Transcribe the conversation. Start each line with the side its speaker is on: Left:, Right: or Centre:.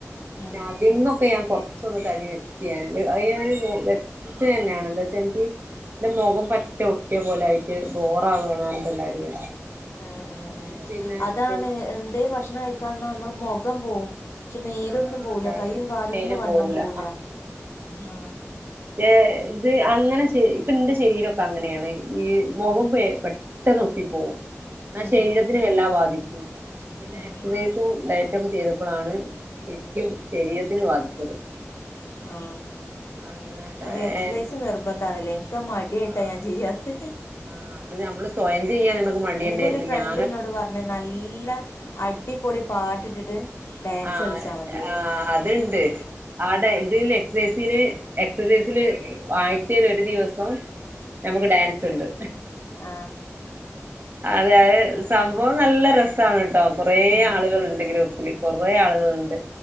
Left: ഉം
Right: പിന്നെ അതിൽന്നൊക്കെ ഞാൻ കൊറച്ചൊന്ന് തടി വെച്ചാണ് അത് ഞാന് വെച്ചതന്നെയാണ് എന്താ വച്ചാ എനിക്ക് എന്റെ മുഖം പറ്റേ ഒട്ടിയ പോലെ ആയിട്ട് ബോറാവാണ് എല്ലാരും
Left: ഉം ഉം
Right: അങ്ങനെ
Left: ഉം
Right: പിന്നെ
Left: അതാണ് എന്തയും ഭക്ഷണ ഇക്ക മുഖം പോവും പക്ഷെ മേലൊന്നും
Right: ആഹ്
Left: പോകുല്ല
Right: അതാണ്
Left: കൈയും കാല്ലും
Right: മേല്
Left: ഒന്നും വണ്ണം
Right: പോവൂല
Left: പോകൂല്ല ആ
Right: ഏ ഇത് അങ്ങനെ ഇപ്പൊ എന്റെ ശരീരക്കെ അങ്ങനെയാണ് ഈ മുഖം പോ പെട്ടന്ന് നൊട്ടി പോക്കും ന
Left: ഉം
Right: ശരീരത്തിനും എല്ലാം ബാധിക്കൂല്ല പിന്നെ
Left: ഉം
Right: എക്സസൈസും
Left: ഉം
Right: ഡയറ്റൊക്കെ ട്ട ചെയ്തപ്പോഴാണ് ശരിക്കും ശരീരത്തിന് ബാധിച്ചത്
Left: ആഹ
Right: അങ്ങനെ
Left: അപ്പൊ
Right: ഏഹ്
Left: എക്സസൈസ് നിർബന്ധാ ണല്ലേ ഇക്ക് മട്യായിട്ടാ
Right: ആഹ്
Left: ഞാൻ ചെയ്യാത്തത്
Right: ആഹ് അത് നമ്മള് സ്വയം ചെയ്യാൻ നമുക്ക് മടി തന്നൊയിരിക്കും
Left: എന്റെ ഒരു ഫ്രണ്ട്
Right: ഞാൻ
Left: എന്നോട് പറഞ് നല്ല അടിപൊളി പാട്ടിട്ടിട്ട് ഡാൻസ്
Right: ആ
Left: കളിച്ചാ മതീന്ന്
Right: ആ അത്ണ്ട് ആടെ ഇതിൻഎക്സസൈസില് എക്സസൈസില് ആഴ്ചയിൽ ഒരു ദിവസം നമുക്ക് ഡാൻസ് ഉണ്ട്
Left: ആ
Right: അതെ അതെ സംഭവം നല്ല രസ <unintelligible> കൊറേ
Left: ഉം
Right: ആളുകളുണ്ട്
Left: ഉം
Right: ഗ്രൂപ്പില് കൊറേ ആളുകളുണ്ട്